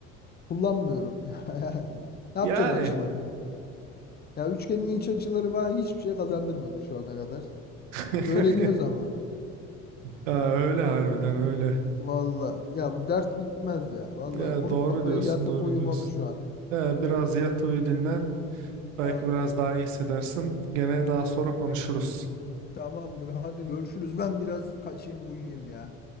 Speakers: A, on the left; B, on the right.
A: kullanmıyorum. <laughs> Yani ne yapacağım
B: Yani
A: açıları? Ya üçgenin iç açıları bana hiçbir şey kazandırmadı şu ana kadar.
B: <laughs>
A: Öğreniyoruz ama.
B: Ya öyle harbiden öyle.
A: Valla ya bu dert bitmez ya. Valla
B: Ya
A: vurup
B: doğru
A: kafayı
B: diyorsun,
A: yatıp
B: doğru
A: uyumalı
B: diyorsun.
A: şu an.
B: Ya biraz yat uyu dinlen. Belki
A: Allah.
B: biraz daha iyi hissedersin. Gene daha sonra konuşuruz.
A: Tamamdır hadi görüşürüz. Ben biraz kaçayım uyuyayım ya.